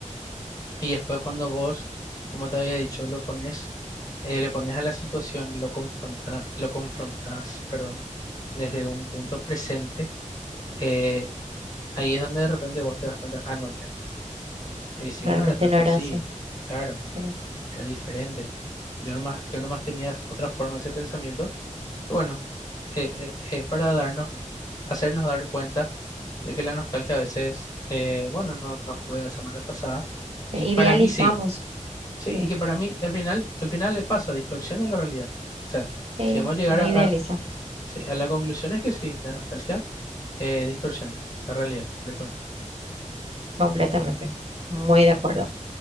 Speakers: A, on the left (about 30°); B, on the right (about 50°).
A: Y después cuando vos, como te había dicho, lo pones, eh, le pones a la situación, lo confronta, lo confrontas, perdón, desde un punto presente eh, Ahí es donde de repente vos te das cuenta, ah, no, mira, ahí sí,
B: realmente
A: yo no era tanto
B: no era
A: así,
B: así.
A: claro,
B: Sí.
A: era diferente. Yo nomás, yo nomás tenía otra forma ese pensamiento. Y bueno, eh, eh, es para darnos, hacernos dar cuenta de que la nostalgia a veces, eh, bueno, no nos juega esa mala pasada. Y
B: Idealizamos.
A: para mí sí, sí,
B: Sí,
A: y que para mí al final, al final le pasa, distorsiona la realidad. O sea,
B: sí,
A: si vamos a llegar
B: uno
A: a,
B: idealiza
A: a- sí, a la conclusión es que sí, la nostalgia eh, distorsiona la realidad completamente.
B: completamente. Muy de acuerdo.